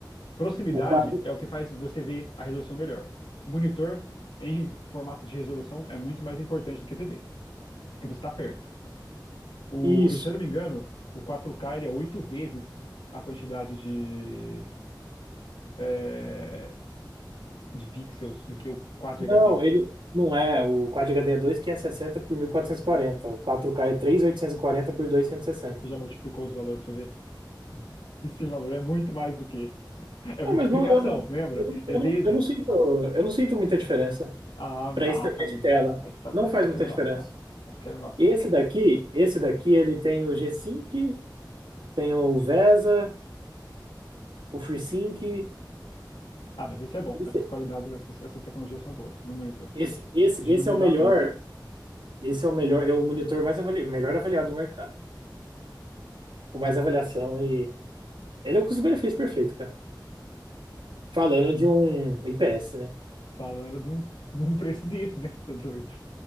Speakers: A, on the left; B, on the right.
A: Proximidade
B: O 4.
A: é o que faz você ver a resolução melhor. O monitor em formato de resolução é muito mais importante do que a TV, porque você está perto. O,
B: Isso.
A: se eu não me engano, o 4K ele é oito vezes a quantidade de, é, de pixels do que o Quad
B: Não,
A: HD.
B: ele não é. O Quad HD é 2.560 por mil quatrocentos e quarenta O quatro k é 3.840 por 2.160.
A: Você já multiplicou os valores para você ver? <laughs> Esse valor é muito mais do que. É
B: Não,
A: multiplicação,
B: mas não, eu não,
A: lembra?
B: eu não, eu
A: É vezes.
B: não, eu não sinto, eu não sinto muita diferença
A: Ah,
B: para esse tamanho
A: ah Carlinhos.
B: de tela.
A: Aí você, tá,
B: Não
A: aí
B: faz
A: você tá-
B: muita
A: quer me lascar.
B: diferença.
A: Aí você quer me lascar.
B: Esse daqui, esse daqui, ele tem o G-Sync, tem o VESA, o FreeSync.
A: Ah, mas isso é bom.
B: Esse,
A: Essas qualidades, essas, essas tecnologias são boas no monitor.
B: esse, esse,
A: Diminui
B: esse é o
A: latência.
B: melhor, esse é o melhor, é o monitor mais avali, melhor avaliado do mercado, com mais avaliação e ele é o custo-benefício perfeito, cara. Falando de um IPS, né?
A: Falando de um, de um preço desse, né, seu doido?